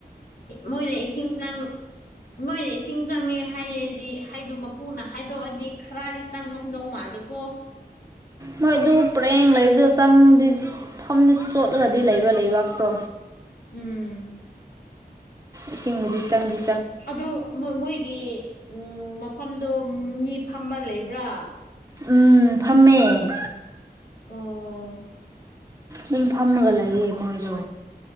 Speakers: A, on the left; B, on the right.
A: ꯃꯣꯏꯅ ꯏꯁꯤꯡ ꯆꯪ ꯃꯣꯏꯅ ꯏꯁꯤꯡ ꯆꯪꯉꯦ ꯍꯥꯏꯌꯦꯗꯤ ꯍꯥꯏꯗꯣ ꯃꯄꯨꯅ ꯍꯥꯏꯗꯣꯛꯑꯗꯤ ꯈꯔꯗꯤ ꯇꯥꯡꯉꯝꯗꯧ ꯃꯥꯜꯂꯤꯀꯣ
B: ꯃꯣꯏ ꯑꯗꯨ ꯄꯔꯦꯡ ꯂꯩꯕꯗꯣ ꯆꯪꯗꯤ ꯐꯝꯗꯤ ꯆꯣꯠꯂꯒꯗꯤ ꯂꯩꯕ ꯂꯩꯕꯥꯛꯇꯣ
A: ꯎꯝ
B: ꯏꯁꯤꯡꯕꯨꯗꯤ ꯆꯪꯂꯤ
A: ꯑꯗꯨ ꯃꯣ ꯃꯣꯏꯒꯤ ꯎꯝ ꯃꯐꯝꯗꯨ ꯃꯤ ꯐꯝꯕ ꯂꯩꯕ꯭ꯔꯥ
B: ꯎꯝ ꯐꯝꯃꯦ
A: ꯑꯣ
B: ꯗꯨꯝ ꯐꯝꯃꯒ ꯂꯩꯌꯦ ꯃꯣꯏꯗꯣ